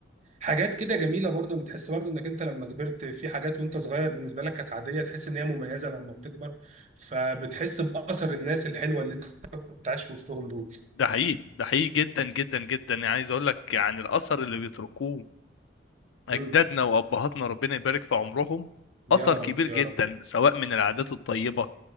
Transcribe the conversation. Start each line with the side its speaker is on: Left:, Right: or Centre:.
Right: حاجات كده جميله برضو بتحس برضو انك انت لما كبرت في حاجات وانت صغير بالنسبه لك كانت عاديه تحس ان هي مميزه لما بتكبر فبتحس باثر الناس الحلوه اللي انت كنت عايش في وسطهم دول
Left: ده حقيقي ده حقيقي جدا جدا جدا يعني عايز اقول لك يعني الاثر اللي بيتركوه أجدادنا
Right: مم.
Left: وأبهاتنا ربنا يبارك في عمرهم
Right: يا
Left: أثر
Right: رب
Left: كبير جدا
Right: يا رب
Left: سواء من العادات الطيبة